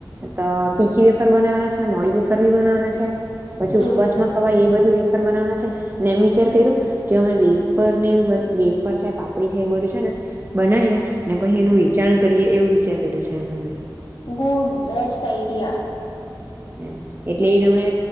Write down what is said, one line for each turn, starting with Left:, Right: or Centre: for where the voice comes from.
Right: તો તીખી વેફાર બનાવવાના છે મોડી વેફાર બી બનાવાના છે પછી
Left: હમ
Right: ઉપવાસમાં ખવાએ એ બધી વેફર બનાવાના છે ને એમ વિચાર કર્યું કે અમે વેફર ની વેફર છે પાપડી છે એ બધું છે ને બનાવીએ ને પછી એનું વેચાણ કરીએ એવું વિચાર કર્યું છે એમ અમે.
Left: બહુ બેસ્ટ આઈડિયા.
Right: એમ એટલે એજ અમે